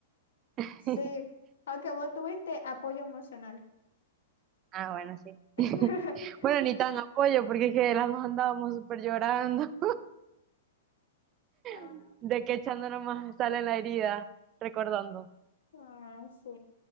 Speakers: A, on the right; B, on the left.
A: <laughs>
B: Sí, aunque vos tuviste apoyo emocional.
A: Ah, bueno, sí.
B: <laughs>
A: <laughs> Bueno, ni tan apoyo, porque es que las dos andábamos súper llorando,
B: Ah,
A: <laughs> de que echándonos más sal en la herida, recordando.
B: ah, sí.